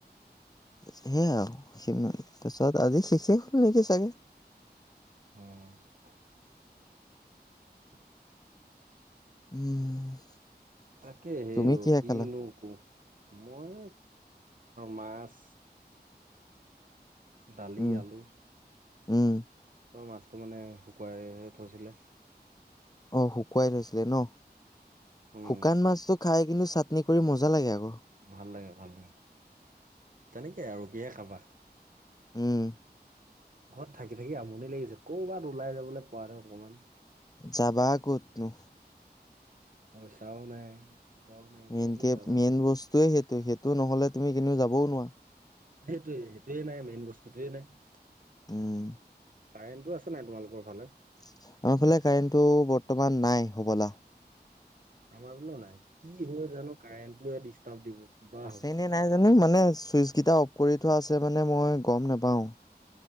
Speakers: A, on the left (about 20°); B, on the right (about 50°).
A: সেইয়া আৰু সিমান পিছত আজি শেষ হ'ল নেকি চাগে।
B: অ'।
A: উ'ম।
B: তাকে হে
A: তুমি
B: অ',
A: কিহে
B: কিনো
A: খালা
B: ক'ম মই মাছ। দালি,
A: উম
B: আলু।
A: উ'ম।
B: ত, মাছটো মানে শুকুৱাই থৈছিলে।
A: অ', শুকুৱাই থৈছিলে ন
B: উম
A: শুকান। মাছতটো খাই কিন্তু চাটনি কৰি মজা লাগে। আৰু।
B: ভাল লাগে, ভাল লাগে। তেনেকে আৰু কিহে খাবা?
A: উ'ম।
B: ঘৰত থাকি -থাকি আমনি লাগিছে। কৰ'বাত ওলাই যাবলৈ পোৱা নাই অকমান।
A: যাবা ক'তনো?
B: পইচাওঁ নাই। কিবাও নাই
A: মেইনকে,
B: ক'তনো যাবা
A: মেইন বস্তুৱে সেইটো সেইটো নহলে, তুমি কেনিও যাবওঁ নোৱাৰা।
B: সেইটোৱে, সেইটোৱে নাই। মেইন বস্তুটোৱে নাই।
A: উ'ম।
B: কাৰেণ্টটো আছে নাই? তোমালোকৰ ফালে।
A: আমাৰ ফালে কাৰেণ্টো বৰ্তমান নাই, হবলা।
B: আমাৰ ফালেও নাই কি হয়? জানো কাৰেণ্টটোে ডিষ্টাৰ্ব দিব। কিবা
A: আছে
B: হ'ব
A: এনে নাই জানো, মানে চুইচ কেইটা অফ কৰি থোৱা আছে, মানে মই গম নোপাওঁ।